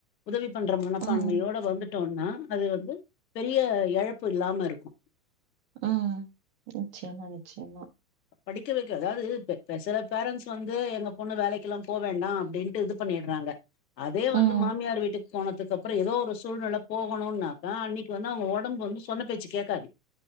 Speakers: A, on the left; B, on the right.
A: உதவி பண்ற மனப்பான்மையோட
B: ம்
A: வந்துட்டோம்னா அது வந்து பெரிய எழப்பு இல்லாம இருக்கும்
B: உம் நிச்சியமா நிச்சியமா
A: படிக்க வைக்க அதாவது சில பேரன்ஸ் வந்து எங்க பொண்ணு வேலைக்கெல்லாம் போ வேண்டாம் அப்படின்னுட்டு இது பண்ணிறாங்க அதே வந்து
B: ம்
A: மாமியார் வீட்டுக்கு போனதுக்கு அப்புறம் ஏதோ ஒரு சூழ்நில போகணும்னாக்கா அன்னைக்கு வந்து அவங்க உடம்பு வந்து சொன்ன பேச்சு கேக்காது